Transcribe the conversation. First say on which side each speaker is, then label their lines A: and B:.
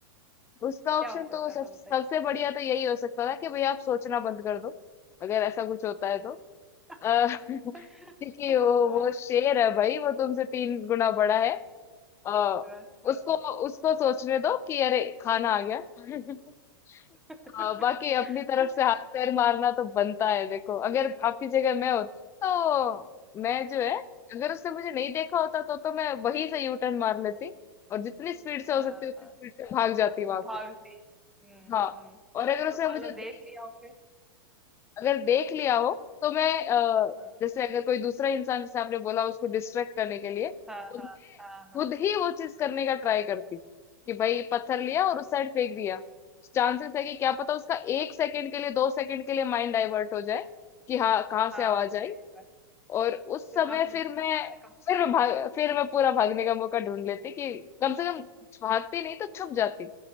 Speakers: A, on the left; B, in the centre.
A: उसका
B: क्या
A: ऑप्शन
B: हो
A: तो
B: सकता
A: सब
B: था बताइए
A: सबसे बढ़िया तो यही हो सकता था कि भाई आप सोचना बंद कर दो अगर ऐसा कुछ होता है तो
B: <laughs>
A: अ, <laughs> क्योंकि वो
B: हाँ
A: वो शेर है भाई वो तुमसे तीन गुना बड़ा है अ,
B: सही बात है
A: उसको उसको सोचने दो कि अरे खाना आ गया <laughs>
B: <laughs>
A: अ, बाकी अपनी तरफ से हाथ पैर मारना तो बनता है देखो अगर आपकी जगह मैं होती तो मैं जो है अगर उसने मुझे नहीं देखा होता तो तो मैं वहीं से यू टर्न मार लेती और जितनी स्पीड से हो
B: हाँ
A: सकती उतनी
B: हाँ
A: स्पीड से भाग जाती
B: वो
A: वहां से
B: भागती हम्म
A: हाँ
B: हम्म
A: और अगर उसने
B: और मान
A: मुझे
B: लो
A: देख
B: देख लिया हो फिर
A: अगर देख लिया हो तो मैं अ,
B: हाँ
A: जैसे अगर कोई दूसरा इंसान जैसे आपने बोला उसको डिस्ट्रैक्ट करने के लिए तो
B: हाँ हाँ
A: मैं
B: हाँ हाँ
A: खुद ही वो चीज करने का ट्राई करती कि भाई पत्थर लिया और उस साइड फेंक दिया चांसेस है कि क्या पता
B: हाँ
A: उसका
B: हाँ
A: एक सेकंड के लिए दो सेकंड के लिए माइंड डाइवर्ट हो जाए कि हाँ कहाँ
B: हाँ,
A: से आवाज
B: सही
A: आई
B: बात
A: और उस
B: फिर
A: समय
B: वहां से मुझे
A: फिर मैं
B: भागने का मौका
A: फिर
B: मिला
A: मैं भाग फिर मैं पूरा भागने का मौका ढूंढ लेती कि कम से कम भागती नहीं तो छुप जाती